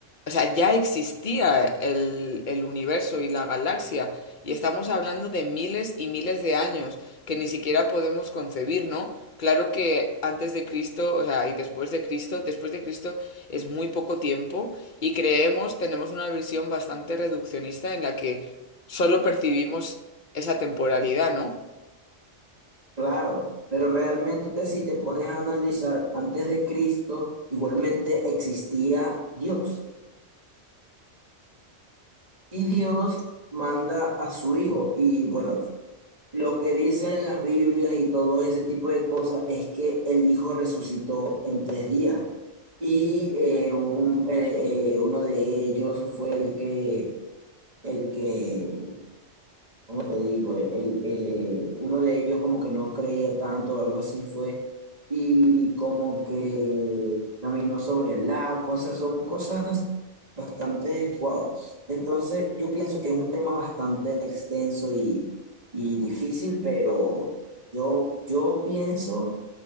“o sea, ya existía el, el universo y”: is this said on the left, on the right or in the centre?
Left